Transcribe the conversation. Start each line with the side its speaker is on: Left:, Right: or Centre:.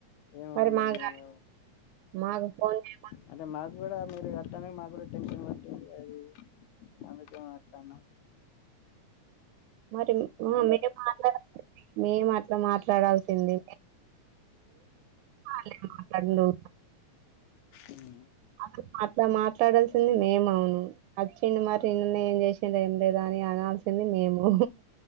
Left: ఏమన్నరు
Right: మరి మా
Left: మేము
Right: గా- మాకు ఫోన్ చే
Left: అంటే మాకూడా మీరు అట్లనే మాకూడా టెన్షన్ పట్టింది అది అందుకే మాట్లాడ్న
Right: మర <unintelligible> మేమట్లా మాట్లాడాల్సింది వాళ్లేం మాట్లాడిండు
Left: ఉమ్
Right: అసలు అట్లా మాట్లాడాల్సింది మేమను వచ్చింది మరి నిన్న ఏం చేసింది లేదా అని అనాల్సింది మేము